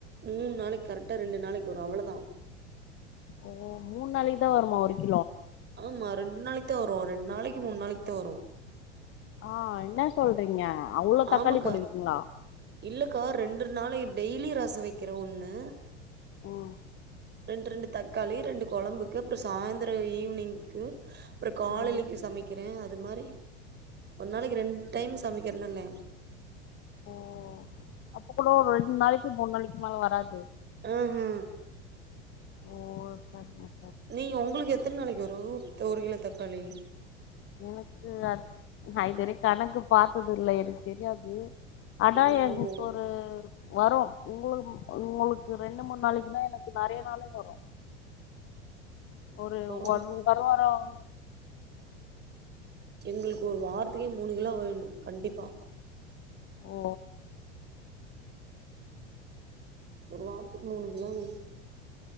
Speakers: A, on the right (about 30°); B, on the left (about 35°).
A: மூணு நாளைக்கு கரெக்டா ரெண்டு நாளைக்கு வரும் அவ்வளதான்.
B: ஓ மூணு நாளிக்கு தா வருமா ஒரு கிலோ
A: ஆமா ரெண்டு நாளிக்கு தா வரும் ரெண்டு நாளிக்கு மூணு நாளிக்கு தா வரும்
B: ஆஹ் என்ன சொல்றீங்க அவ்ளோ தக்காளி
A: ஆமக்கா
B: போடுவீங்களா
A: இல்லக்கா ரெண்டு நாளை டெய்லி ரசோ வக்கிறே ஒண்ணு
B: ம்
A: ரெண்டு ரெண்டு தக் காளி ரெண்டு கொழம்புக்கு அப்றொம் சாந்த்ரம் ஈவ்னிங்க்கு அப்றம் காலைலைலுக்கு
B: ம்
A: சமைக்க ஆ அது மாரி ஒரு நாளிக்கு ரெண்டைம் சமைக்கிறேனல்ல
B: ஓ அப்ப கூடவா ஒரு ரெண்டு நாளிக்கு மூணு நாளிக்கு மேல வராது
A: ஆஹ் ஹா
B: ஓ செரிங்க
A: நீ ஒங்களுக்கு எத்தன் நாளிக்கு வரும் ஒரு கிலோ தக்காளி
B: எனக்கு அ நா இதுவரைக் கணக்கு பாத்ததில்ல எனக் தெரியாது அனா
A: எனக்கு
B: எனக்கொரு.. வரும் உங்க உங்களுக்கு ரெண்டு மூண் நாளிக்குனா எனக்கு நறைய நாளும் வரும். ஒரு
A: பரவால்ல
B: ஒன் தாரு வர <inaudible>
A: எங்களுக்கு ஒரு வாரத்துக்கே மூணு கிலோ வேணும் கண்டிப்பா
B: ஓ
A: ஒரு வாரத்துக்கு மூணு கிலோ வேணும்